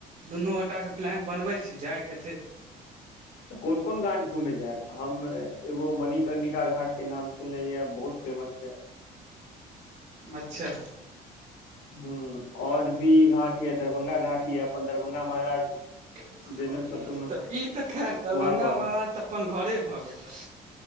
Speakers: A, on the right; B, on the left.
A: दुनू गोटाके प्लान बनबै छै जायके छै
B: तऽ कोन कोन घाट घुमे जायब हम एगो मणिकर्णिका घाट के नाम सुनलेै बहुत फेमस छै
A: अच्छा
B: ह आओर भी घाट है दरभंगा घाट ही है अपन दरभंगा महाराज
A: तऽ
B: देने छथुन
A: ई तऽ खैर दरभंगा
B: वहाँ पर
A: महाराज तऽ अपन घरे भऽ गेल